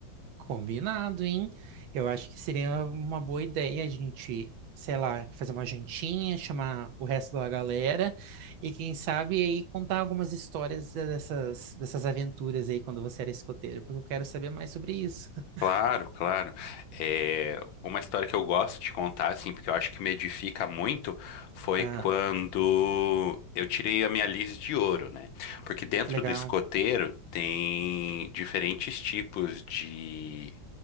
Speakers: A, on the right (about 85°); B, on the left (about 85°).
A: Combinado, hein? Eu acho que seria uma boa ideia a gente, sei lá, fazer uma jantinha, chamar o resto da galera e quem sabe aí contar algumas histórias dessas, dessas aventuras aí quando você era escoteiro, porque eu quero saber mais sobre isso. <laughs>
B: Claro, claro. É, uma história que eu gosto de contar, assim, porque eu acho que me edifica muito, foi
A: Ah,
B: quando eu tirei a minha lis de ouro, né? Porque dentro
A: que legal.
B: do escoteiro tem diferentes tipos de,